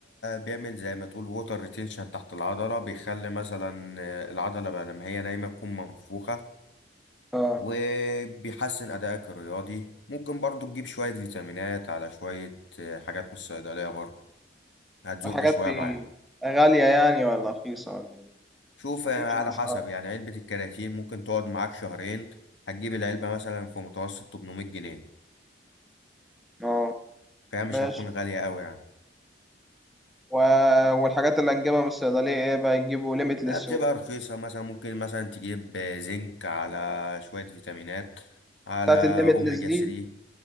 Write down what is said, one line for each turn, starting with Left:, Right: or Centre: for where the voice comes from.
Left: بيعمل زي ما تقول ووتر ريتينشن تحت العضلة بيخلي مثلا العضلة بقى لما هي نايمة تكون منفوخة
Centre: ويشربوها
Left: وبيحسن أدائك الرياضي ممكن برضو تجيب شوية فيتامينات على شوية حاجات من الصيدلية برضو هتزق
Centre: الحاجات
Left: شوية
Centre: دي
Left: معاك
Centre: غالية يعني ولا رخيصة ولا ايه؟
Left: شوف
Centre: رينج
Left: على
Centre: الأسعار
Left: حسب يعني علبة الكرياتين ممكن تقعد معاك شهرين هتجيب العلبة مثلا في متوسط 800 جنيه
Centre: اه
Left: فهي مش
Centre: ماشي
Left: هتكون غالية أوي يعني
Centre: و... والحاجات اللي هنجيبها من الصيدلية ايه بقى يجيبوا ليميتلس
Left: لا، بتبقى
Centre: و إيه؟
Left: رخيصة مثلا ممكن مثلا تجيب زنك على شوية فيتامينات على
Centre: بتاعت الليميتلس
Left: أوميجا
Centre: دي
Left: 3